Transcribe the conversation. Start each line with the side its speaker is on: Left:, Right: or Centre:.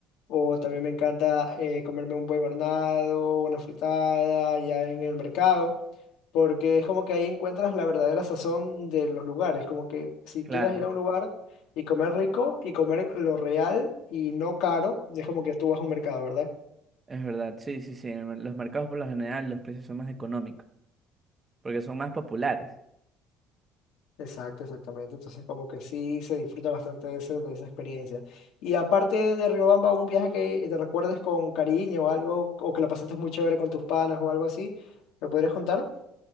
Left: O también me encanta eh, comerme un buen hornado, una fritada, ya en el mercado porque es como que ahí encuentras la verdadera sazón de los lugares, como que si
Right: Claro,
Left: quieres ir a un lugar y comer rico y comer lo real y no caro, es como que tú vas a un mercado, ¿verdad?
Right: es verdad. Sí, sí, sí. en el mer- Los mercados por lo general los precios son más económicos porque son más populares.
Left: Exacto, exactamente. Entonces como que sí se disfruta bastante de, ese- de esa experiencia. Y aparte de Riobamba, un viaje que te recuerdes con cariño o algo, o que la pasaste muy chévere con tus panas o algo así, ¿me podrías contar?